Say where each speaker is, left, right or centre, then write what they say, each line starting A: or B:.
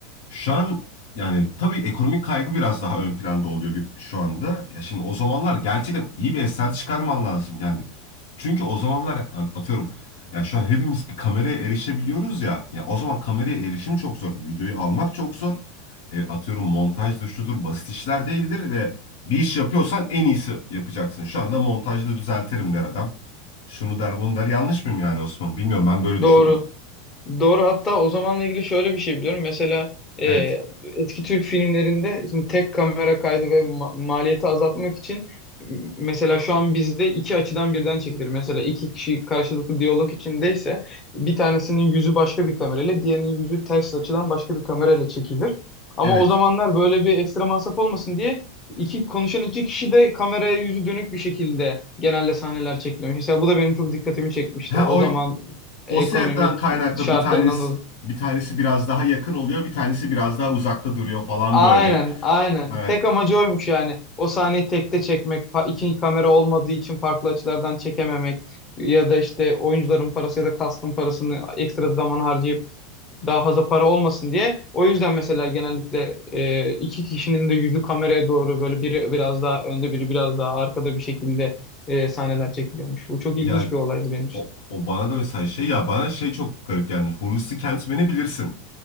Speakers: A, on the left; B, on the left.
A: şu an yani tabii ekonomik kaygı biraz daha ön planda oluyor bir şu anda ya şimdi o zamanlar gerçekten iyi bir eser çıkarman lazım yani çünkü o zamanlar atıyorum ya şu an hepimiz bir kameraya erişebiliyoruz ya. Ya o zaman kameraya erişim çok zor. Videoyu almak çok zor. E, atıyorum montajdır şudur basit işler değildir ve bir iş yapıyorsan en iyisi yapacaksın. Şu anda montajda düzeltirim der adam. Şunu der bunu der. Yanlış mıyım yani Osman? Bilmiyorum ben böyle düşünüyorum.
B: Doğru. Doğru hatta o zamanla ilgili şöyle bir şey biliyorum. Mesela e,
A: Evet.
B: eski Türk filmlerinde şimdi tek kamera kaydı ve ma- maliyeti azaltmak için e, mesela şu an bizde iki açıdan birden çekilir. Mesela iki kişi karşılıklı diyalog içindeyse bir tanesinin yüzü başka bir kamerayla diğerinin yüzü ters açıdan başka bir kamerayla çekilir. Ama
A: Evet.
B: o zamanlar böyle bir ekstra masraf olmasın diye iki konuşan iki kişi de kameraya yüzü dönük bir şekilde genelde sahneler çekilmiş. Mesela bu da benim çok dikkatimi çekmişti.
A: Ha
B: O
A: o
B: zaman ekonomik
A: o sebepten kaynaklı
B: Şartlarından
A: bir tanesi
B: dolayı.
A: bir tanesi biraz daha yakın oluyor, bir tanesi biraz daha uzakta duruyor falan
B: Aynen,
A: böyle.
B: aynen.
A: Ha,
B: Tek amacı oymuş yani. O sahneyi tekte çekmek, fa- iki kamera olmadığı için farklı açılardan çekememek ya da işte oyuncuların parası ya da kastın parasını ekstra zaman harcayıp daha fazla para olmasın diye. O yüzden mesela genellikle e, iki kişinin de yüzü kameraya doğru böyle biri biraz daha önde biri biraz daha arkada bir şekilde e, sahneler çekiliyormuş. Bu çok
A: ya
B: ilginç bir olaydı benim için.
A: O, o bana da mesela şey ya bana şey çok garip gelmiş. Hulusi Kentmen'i bilirsin.